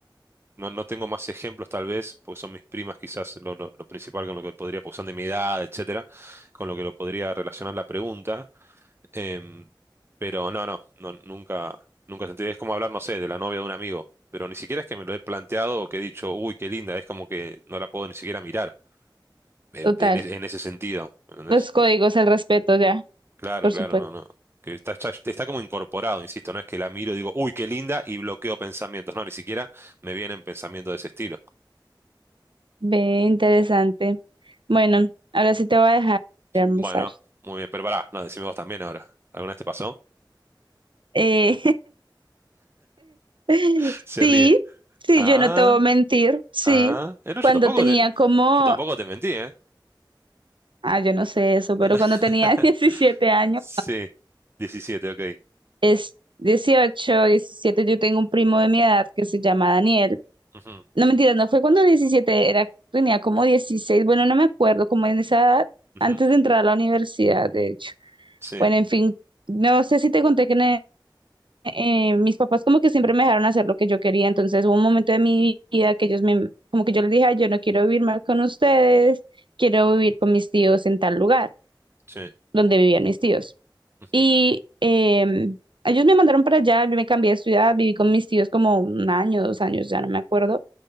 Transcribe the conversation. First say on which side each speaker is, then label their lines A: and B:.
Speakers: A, on the right; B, on the right.
A: No, no tengo más ejemplos tal vez, porque son mis primas quizás lo, lo- lo principal con lo que podría, porque son de mi edad, etcétera, con lo que lo podría relacionar la pregunta. Em, pero no, no, no, nunca, nunca sentí. Es como hablar, no sé, de la novia de un amigo, pero ni siquiera es que me lo he planteado o que he dicho, uy, qué linda, es como que no la puedo ni siquiera mirar, eh,
B: Total.
A: de- en, es- en ese sentido, ¿me ¿entendés?
B: Los códigos, el respeto, ya,
A: Claro,
B: por
A: claro,
B: supuesto.
A: no, no. Que está, está, está como incorporado, insisto, no es que la miro y digo, uy, qué linda, y bloqueo pensamientos, no, ni siquiera me vienen pensamientos de ese estilo.
B: Ve, interesante. Bueno, ahora sí te voy a dejar de almorzar.
A: Bueno, muy bien, pero pará, no, decime vos también ahora. ¿Alguna vez te pasó?
B: Eh, <laughs>
A: <laughs> Se
B: sí,
A: ríe.
B: sí,
A: Ah,
B: yo no te voy a mentir, sí.
A: ah. eh, no,
B: Cuando
A: yo tampoco
B: tenía
A: te,
B: como
A: yo tampoco te mentí, ¿eh?
B: Ah, yo no sé eso,
A: <laughs>
B: pero cuando tenía <laughs> 17 años,
A: Sí, Diecisiete, ok.
B: es 18, 17. yo tengo un primo de mi edad que se llama Daniel.
A: Ujú,
B: No, mentira, no fue cuando 17, era, tenía como 16. bueno, no me acuerdo, como en esa edad,
A: ujú,
B: antes de entrar a la universidad, de hecho.
A: Sí,
B: Bueno, en fin, no sé si te conté que en e- eh, mis papás como que siempre me dejaron hacer lo que yo quería, entonces hubo un momento de mi vida que ellos me, como que yo les dije, "Ay, yo no quiero vivir más con ustedes, quiero vivir con mis tíos en tal lugar,
A: sí.
B: donde vivían mis tíos.
A: ujú.
B: Y em, ellos me mandaron para allá, yo me cambié de ciudad, viví con mis tíos como un año, dos años, ya no me acuerdo.